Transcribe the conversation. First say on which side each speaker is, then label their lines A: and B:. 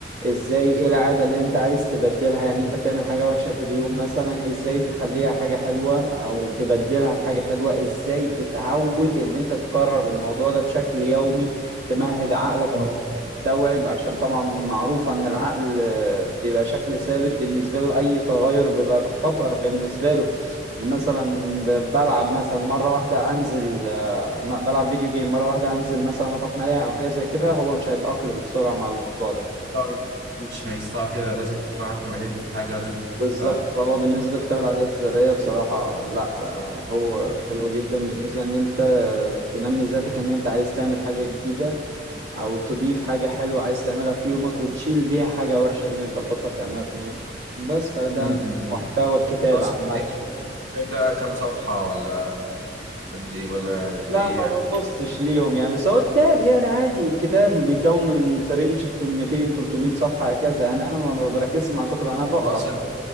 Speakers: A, on the right; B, on the right.
A: ازاي ايه العادة اللي انت عايز تبدلها يعني انت بتعمل حاجة وحشة في اليوم مثلا ازاي تخليها حاجة حلوة او تبدلها بحاجة حلوة ازاي تتعود ان انت تكرر الموضوع ده بشكل يومي تمهد عقلك
B: اه
A: ان يستوعب عشان طبعا معروفة ان العقل آه، بيبقى شكل ثابت بالنسبة له اي تغير بيبقى خطر بالنسبة له يعني مثلا ب- بلعب مثلا مرة واحدة انزل آه، م- بلعب فيديو جيم مرة واحدة انزل مثلا اروح ملاهي او حاجة زي كده هو مش هيتأقلم بسرعة مع الموضوع ده
B: طبعاً مش هيستوعب كده لازم فعلا انت مهيد بالحاجه ولازم
A: بالظبط
B: تبقى
A: فهو بالنسبة لكتاب العادات الذرية بصراحة لا آه، هو حلو جدا بالنسبة ان انت آه، تنمي ذاتك ان انت عايز تعمل حاجة جديدة او تضيف حاجة حلوة عايز تعملها في يومك وتشيل بيها حاجة وحشة ان انت تبطل تعملها في يومك بس فده
B: امم
A: محتوى الكتاب
B: اصلا
A: عامة
B: الكتاب ده كام صفحه ولا قد ايه ولا يعني قد
A: لا
B: ايه
A: ما
B: يعني
A: ببصش ليهم يعني بس هو كتاب يعني عادي كتاب بيكون من فرنج 200 300 صفحة هكذا يعني انا ما ما بركزش مع كتب انا بقرا
B: واصلا